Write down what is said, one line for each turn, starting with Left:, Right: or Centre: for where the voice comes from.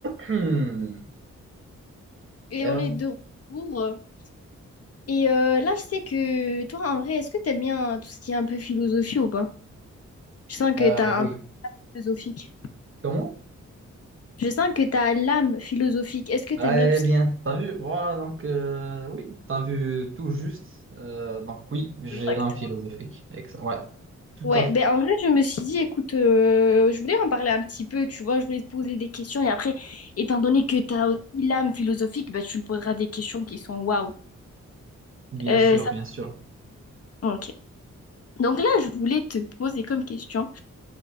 Right: Hmm.
Left: Et
Right: Euh,
Left: on est de retour. Et euh, là, je sais que toi, en vrai, est-ce que t'aimes bien tout ce qui est un peu philosophie ou pas? Je sens que
Right: euh,
Left: t'as
Right: oui.
Left: un peu philosophique.
Right: Comment?
Left: Je sens que t'as l'âme philosophique. Est-ce que t'aimes
Right: Ah,
Left: bien tout
Right: eh
Left: ce
Right: bien,
Left: qui
Right: t'as vu, voilà, donc euh, oui, t'as vu tout juste. Euh, donc oui, j'ai
Left: est... Exactement.
Right: l'âme philosophique. Excellent. Ouais, tout
Left: Ouais,
Right: à fait.
Left: ben en vrai, je me suis dit, écoute, euh, je voulais en parler un petit peu, tu vois, je voulais te poser des questions. Et après, étant donné que t'as aussi l'âme philosophique, ben, tu me poseras des questions qui sont waouh.
Right: Bien
Left: Euh,
Right: sûr,
Left: ça...
Right: bien sûr.
Left: Ok. Donc là, je voulais te poser comme question.